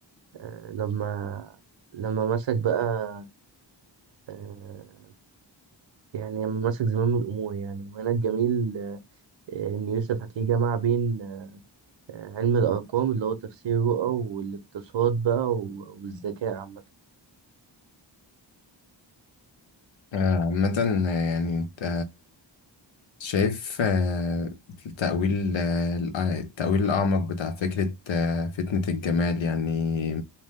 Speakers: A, on the right (about 70°); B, on the left (about 85°).
A: آه، لما لما مسك بقى آه، يعني لما مسك زمام الأمور يعني وهنا الجميل آه، إن يوسف هتلاقيه جمع بين آه، علم الأرقام اللي هو تفسير الرؤى والاقتصاد بقى و- والذكاء عامة
B: آه، عامة آه، يعني انت شايف آه، التأويل آه، التأويل الأعمق بتاع فكرة آه، فتنة الجمال يعني